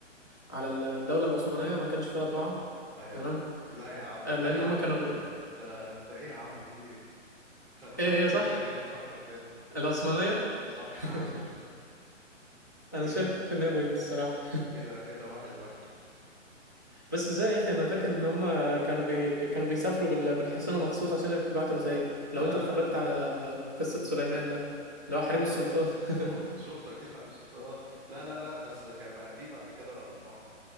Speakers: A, on the left; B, in the centre.
A: على الدوله العثمانيه ما كانش فيها طباعه
B: ايوه
A: تمام
B: لا يا عم
A: آه،
B: لا
A: لان
B: يا عم
A: هم كانوا
B: بقى انت انت ايه يا عم في ايه خ- فكر
A: ايه هي صح
B: تاني كده فكر تاني
A: العثمانيه
B: صح
A: <laughs>
B: يا عم <laughs>
A: انا
B: كده
A: شايف ان هي بوينت الصراحه
B: كده كده واحد واحد
A: بس ازاي يا اخي انا فاكر ان هم كانوا بي... كانوا بيسافروا بال... بالحصانه مخصوص عشان يبعتوا رسائل
B: لا
A: لو انت
B: لا
A: اتفرجت
B: لا
A: على
B: لا.
A: قصه سليمان ده اللي هو حريم السلطان
B: شفت
A: <laughs>
B: شفت اكيد حريف السلطان لا لا لا بس كان بقى في بعد كده طباعة